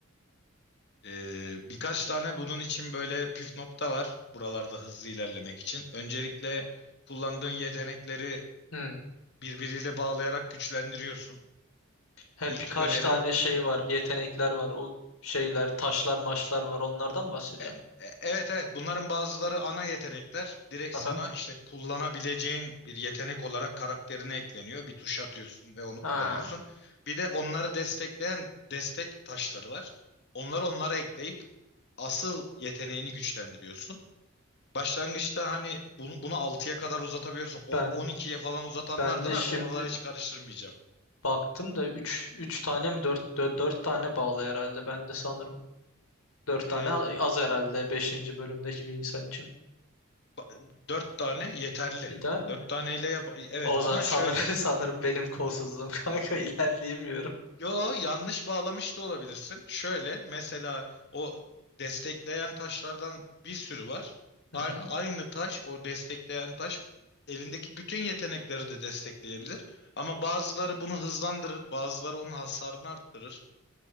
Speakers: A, on the left; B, on the left.
A: Ee, birkaç tane bunun için böyle püf nokta var buralarda hızlı ilerlemek için. Öncelikle kullandığın yetenekleri
B: Hmm.
A: birbiriyle bağlayarak güçlendiriyorsun.
B: He,
A: İlk
B: birkaç
A: önerim
B: tane şey var. Yetenekler var. O şeyler, taşlar, maçlar var. Onlardan bahsediyorsun.
A: e- e- evet evet bunların bazıları ana yetenekler. Direkt
B: Aha.
A: sana işte kullanabileceğin bir yetenek olarak karakterine ekleniyor. Bir tuş atıyorsun ve onu
B: Ha.
A: kullanıyorsun. Bir de onları destekleyen destek taşları var. Onları onlara ekleyip asıl yeteneğini güçlendiriyorsun. Başlangıçta hani bunu bunu 6'ya kadar uzatabiliyorsun. O
B: Ben
A: on ikiye falan uzatanlar
B: ben
A: da
B: de
A: var
B: şimdi
A: da oraları hiç karıştırmayacağım.
B: baktım da üç, üç tane mi dört dört dört tane bağlı herhalde. Ben de sanırım dört
A: Ee,
B: tane az herhalde beşinci bölümdeki bir insan için.
A: Ba- Dört tane yeterli.
B: İdeal mi?
A: Dört taneyle yap. Evet
B: Ozan
A: ama
B: sanırım,
A: şöyle.
B: <laughs> sanırım benim kolsuzluğum kanka ilerleyemiyorum.
A: Yo yanlış bağlamış da olabilirsin. Şöyle mesela o destekleyen taşlardan bir sürü var.
B: Hı
A: A-
B: hı.
A: aynı taş o destekleyen taş elindeki bütün yetenekleri de destekleyebilir. Ama bazıları bunu hızlandırır, bazıları onun hasarını arttırır.